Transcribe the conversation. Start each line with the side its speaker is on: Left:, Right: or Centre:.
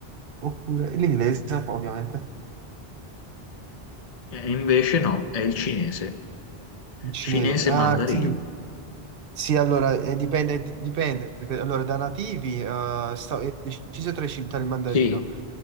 Right: oppure... e L'inglese, ovviamente.
Left: E invece no, è il cinese.
Right: Il cinese.
Left: Cinese
Right: Ah
Left: mandarino.
Right: sì, sì, allora, eh, dipende, dipende. Allora, da nativi eh, sta- è deciso tra i cin- tra il mandarino.
Left: Sì,